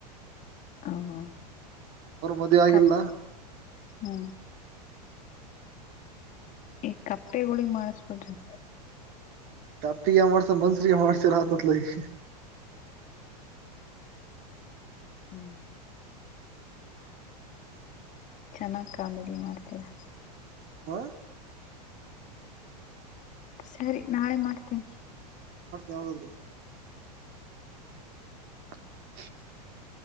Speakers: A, on the left; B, on the right.
A: ಹ
B: ಮದ್ವೆ ಆಗಿಲ್ಲ
A: ಕಪ್ ಹ. ಈ ಕಪ್ಪೆಗೊಳ್ಗೆ ಮಾಡಿಸಿ ಬಿಡ್ರಿ.
B: ಕಪ್ಪಿಗೆ ಏನ್ ಮಾಡ್ಸೋದ ಮನುಷ್ಯರಿಗೆ ಮಾಡ್ಸಿರ ಆತದಲಾ ಈಗ
A: ಹ್ಮ್. ಚೆನ್ನಾಗ್ ಕಾಮಿಡಿ ಮಾಡ್ತೀರಾ.
B: ಹಾ.
A: ಸರಿ ನಾಳೆ ಮಾಡ್ತೇನೆ.
B: ಯಾವಾಗ್ರಿ? <inaudible>